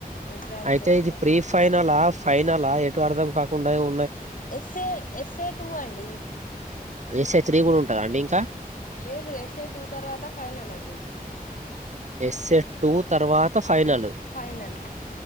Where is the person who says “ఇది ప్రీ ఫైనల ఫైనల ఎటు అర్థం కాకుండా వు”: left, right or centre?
Right